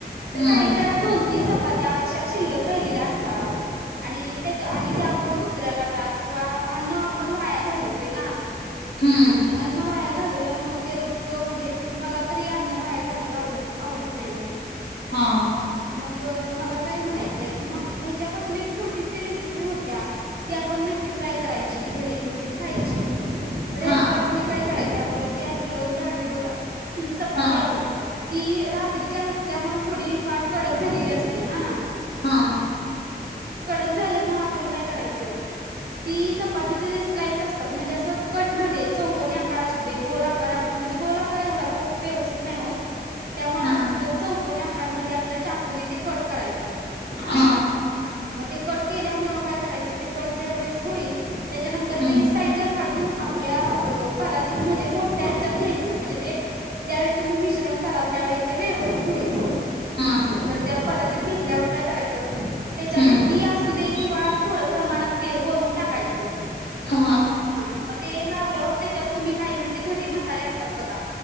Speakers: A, on the right; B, on the left.
A: तर
B: हम्म
A: काही वेळा दोन-तीन चपाती त्या अशा शिल्लक राहिलेल्या असतात, आणि त्याच्या आणि त्या आपण कुत्र्याला टाक किंवा अन्न आपण वाया घालवतोय ना
B: हम्म
A: आणि अन्न वाया घालवल्यामुळं ते रोजचं म्हंजे मला तरी अन्न वाया घालायला आवडत आवडत नाही ओ
B: हां.
A: गं मला काय म्हणायचंय कि म ह्याच्यापासून एक सी रिसिपी होत्या ती आपन नक्की ट्राय करायची घरी म्हंजे खायची. तर हे
B: हा
A: आता हे काय करायचं आपलं जे आप आपलं हे आहे बघा चपाती
B: हा
A: आहे ती रात्रीची हसल्यामुळं थोडी फार कडक झालेली असते हांना.
B: हां.
A: झाल्यामुळ आपण काय करायचं? ती चपातीचेजे स्लाईस असतात म्हंजे असं कटमध्ये चौकोनी आकार असू दे गोल आकार आपण म्हंजे गोल आकार एवढा तो व्यवस्थित नाय होत. त्यामुळं
B: हा
A: जर चौकोनी आकारमध्ये आपल्या चाकून ते कट करायचं.
B: हा
A: म ते कट केल्यामुळं काय करायचं ते कट ज्या वेळेस होईल त्याच्यानंतर
B: हम्म
A: ते साईडला काढून आपल्या अ परातीत म्हजे मोठ्या हिज्यात घ्यायचं म्हणजे ते ज्यावेेळेस तुम्ही मिश्रण कराल त्यावेळी ते व्येवस्थित होईल.
B: हा
A: तर त्या परातीत घेतल्यावर काय करायचं ते च्यात
B: हम्म
A: गी असूदे किंवा थोड प्रमाणात तेल वरून टाकायचं.
B: हा
A: हां म ते लावल्यावर त्याच्यात तुम्ही काय म्हणजे घरी मसाले असतात बघा